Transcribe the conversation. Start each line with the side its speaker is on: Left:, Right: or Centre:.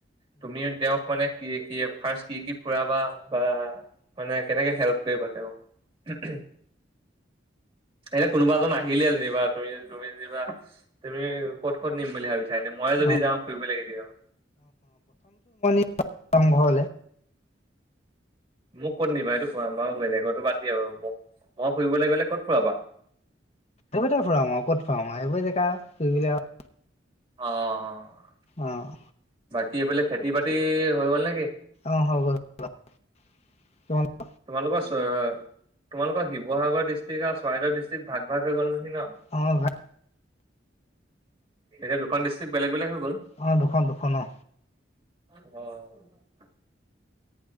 Right: তুমিও তেওঁক মানে কি- কি ফাৰ্ষট কি -কি ফুৰাবা বা মানে কেনেকে হেল্প কৰিবা তেওঁক? <unintelligible> এনে কোনোবা এজন আহি আহিলে যেনিবা তুমি -তুমি যেনিবা তুমি ক'ত -ক'ত নিম বুলি ভাবিছা? মই যদি
Left: অ
Right: যাওঁ ফুৰিবলে কেতিয়াবা?
Left: <unintelligible> আৰম্ভ হলে
Right: মোক ক'ত নিবা এইটো কোৱা বাৰো বেলেগৰতো বাদ দিয়া বাৰু ফুৰিবলৈ গ'লে ক'ত ফুৰাবা?
Left: সেইবোৰতে ফুৰাম আৰু ক'ত ফুৰাম আৰু সেইবোৰ জেগা আও ফুৰিবলে আৰু
Right: অ',
Left: অহ
Right: কি বোলে খেতি -বাতি হৈ গ'ল নেকি?
Left: অহ, হৈ গল <unintelligible>
Right: তোমালোকৰ চ'তোমালোকৰ শিৱসাগৰ ডিষ্ট্ৰিক আৰু চৰাইদেউৰ ডিষ্ট্ৰিক ভাগ- ভাগ হৈ গ'ল নহয়?
Left: অ ভাই
Right: ন'এতিয়া দুখন ডিষ্ট্ৰিক বেলেগ -বেলেগ গ'ল
Left: অহ, দুখন -দুখন অ।
Right: অহ